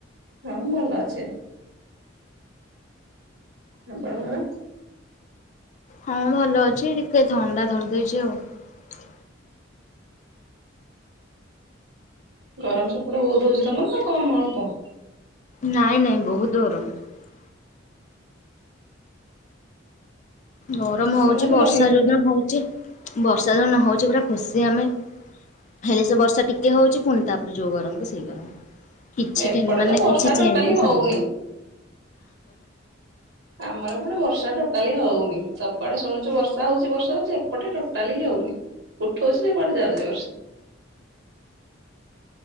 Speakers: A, on the right; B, on the left.
A: ହଁ ଭଲ ଅଛି। ଆପଣଙ୍କର।
B: ହଁ ଭଲ ଅଛି ଟିକେ ଥଣ୍ଡା ଧରିଦେଇଛି ଆଉ।
A: ଗରମ ସେପଟ ବହୁତ ହଉଛି ତମର ନା କମ ଅଳ୍ପ
B: ନାଇଁ ନାଇଁ ବହୁତ ଗରମ ଗରମ
A: ବେଶୀ
B: ହଉଛି
A: ନହେଲେ
B: ବର୍ଷା
A: ରହିହଉନି।
B: ଯଉ ଦିନ ହଉଛି ବର୍ଷା ଯଉ ଦିନ ହଉଛି ପୁରା ଖୁସି ଆମେ ହେଲେ ସେ ବର୍ଷା ଟିକେ ହଉଛି ପୁଣି ତାପରେ ଯୋଉ ଗରମ କୁ ସେଇ ଗରମ। କିଛି
A: ଏପଟେ
B: ଟେନ୍ ମାନେ
A: ତ ବର୍ଷା
B: କିଛି ଚେଞ୍ଜେସ୍
A: ଟୋଟାଲି ହଉନି
B: ହବନି।
A: ଆମର ପଟେ ବର୍ଷାଟା କାଲି ହଉନି। ସବୁଆଡେ ଶୁଣୁଛୁ ବର୍ଷା ହଉଛି ବର୍ଷା ହଉଛି ଏପଟେ ଟୋଟାଲି ହଉନି। ଉଠଉଛି ଯେ କୁଆଡେ ଯାଉଛି ବର୍ଷା